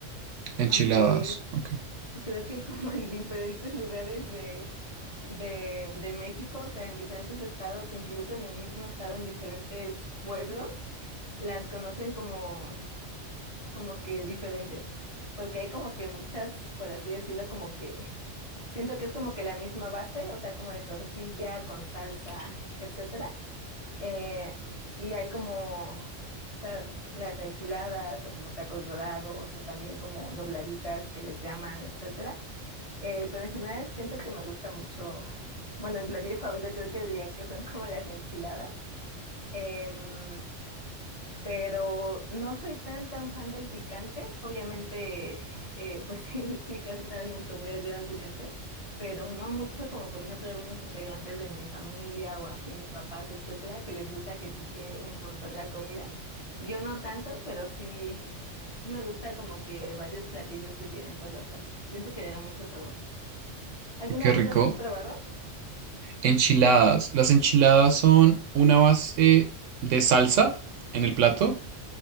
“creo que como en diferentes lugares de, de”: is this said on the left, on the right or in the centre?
Left